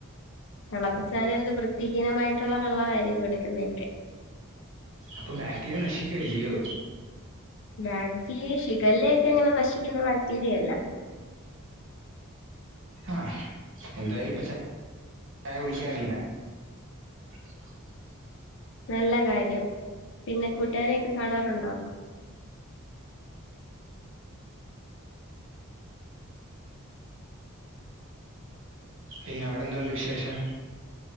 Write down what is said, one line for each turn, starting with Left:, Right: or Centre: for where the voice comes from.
Left: തിളപ്പിച്ചാലെന്ത്, വൃത്തിഹീനമായിട്ടുള്ള വെള്ളയിരിക്കുമെടുക്കുന്നേ
Right: അപ്പൊബാക്ടീരിയ നശിക്കുവല്ലയോ
Left: ബാക്കി ഷിഖലയൊക്കെ യെങ്ങനെ നശി.. നശിക്കുന്നബാക്ടീരിയയല്ല
Right: ആ, എന്തായാലുമിപ്പം ചാ.. ചായ, കുടിക്കാറില്ല. <unintelligible>
Left: നല്ലകാര്യം, പിന്നെ കൂട്ടുകാരെയൊക്കെ കാണാറുണ്ടോ?
Right: പിന്നെയവിടെന്തുണ്ട് വിശേഷം,